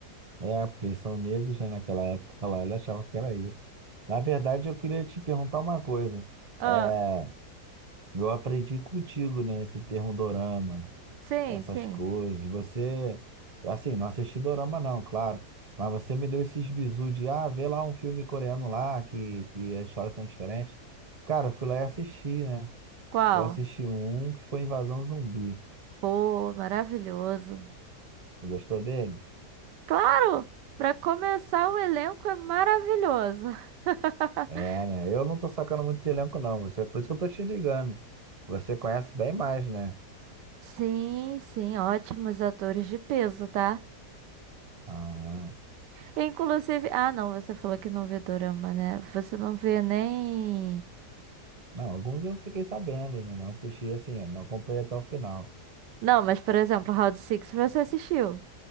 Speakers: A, on the right; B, on the right.
A: é, porque eles são negros, né? Naquela época lá, ele achava que era isso. Na verdade, eu queria te perguntar uma coisa.
B: Ah,
A: É, eu aprendi contigo, né? Esse termo dorama.
B: sim,
A: essas
B: sim.
A: coisas. Você, assim, não assisti dorama não, claro, mas você me deu esses bizu de, ah, vê lá um filme coreano lá, que, que as histórias são diferentes. Cara, eu fui lá e assisti, né?
B: Qual?
A: Eu assisti um que foi Invasão Zumbi.
B: Pô, maravilhoso.
A: Você gostou dele?
B: Claro! Pra começar, o elenco é maravilhoso. <laughs>
A: É, né? Eu não tô sacando muito de elenco, não. Você, por isso que eu tô te ligando. Você conhece bem mais, né?
B: Sim, sim, ótimos atores de peso, tá?
A: Ah,
B: Inclusive, ah, não, você falou que não vê dorama, né? Você não vê nem.
A: não, alguns eu fiquei sabendo, né? Não assisti assim, não acompanhei até o final.
B: Não, mas por exemplo, Round Six você assistiu.